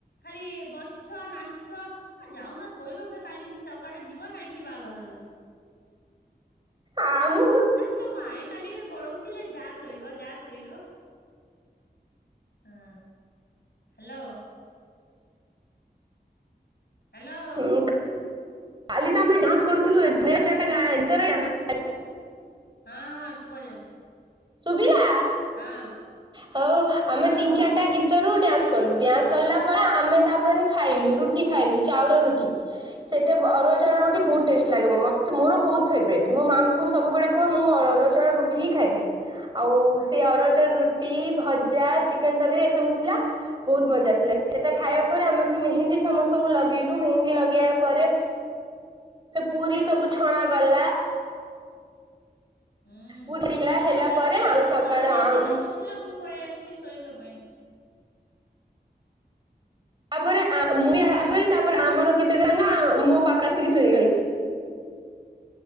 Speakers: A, on the left; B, on the right.
A: ଖାଲି ବସିଛ ନାଚୁଛ। ଆ ଯାଉନ ଶୋଇବ ଫେର କାଲି ସକାଳେ ଯିବ ନାହିଁ କି ବାହାଘର ରେ।
B: ଆ ମୁଁ
A: ଆଁ ତମ ଆଇ କାଲି ଗୋଳଉଥିଲେ ଯା ଶୋଇବ ଯା ଶୋଇବ। ହଁ ହ୍ୟାଲୋ ହ୍ୟାଲୋ
B: ହୁଁ ଖାଲି ତ ଆମେ ଡାନ୍ସ କରୁଥିଲୁ <unintelligible>
A: ହଁ ହଁ ଶୁଭା ଯାଉଛି।
B: ସୁଭିଲା?
A: ହଁ
B: ହୋ ଆମେ
A: ହଁ
B: ତିନି
A: ହଁ
B: ଚାରିଟା ଗୀତ ଭିତରୁ ଡ୍ୟାନ୍ସ କଲୁ ଡ୍ୟାନ୍ସ କଲା ପରେ ଆମେ ତାପରେ ଖାଇଲୁ ରୁଟି ଖାଇଲୁ ଚାଉଳ ରୁଟି। ତ ସେଇତ ଅରୁଆ ଚାଉଳ ରୁଟି
A: ହଁ
B: ବହୁତ ଟେଷ୍ଟ ଲାଗେ ମତେ ମୋର ବୋହୁତ ଫେବରେଟ୍ ମୋ ମାଆଙ୍କୁ ସବୁବେଳେ କୁହେ ମୁଁ ଅରୁଆ ଚାଉଳ ରୁଟି ହିଁ ଖାଇବି। ଆଉ ସିଏ ଅରୁଆ ଚାଉଳ ରୁଟ ଟି ଭଜା ଚିକେନ ତରକାରୀ ଏସବୁ ଥିଲା ବୋହୁତ ମଜା ଆସିଲା ସେଟା ଖାଇବା
A: ହୁଁ
B: ପରେ ଆମେ ମେହେନ୍ଦୀ ସମସ୍ତଙ୍କୁ ଲଗେଇଲୁ ମେହେନ୍ଦୀ ଲଗେଇବା ପରେ ପୁରୀ ସବୁ ଛଣା ଗଲା।
A: ହୁଁ ମୁଁ
B: ପୁରୀ ହେଲା ହେଲା
A: ବି ବା
B: ପରେ
A: ଥିଲି
B: ଆମେ ସକାଳେ
A: ତମେ ମେହେନ୍ଦୀ ନଗଉଥିଲ ମୁଁ ପଳେଇ ଆସିଲି ଶୋଇବା ପାଇଁ।
B: ତାପରେ ଆଁ ମେ ଆସଲି ତାପରେ ଆମର କେତେ ସାଙ୍ଗ ମୋ ପାଖରେ ଆସିକି ଶୋଇଗଲେ।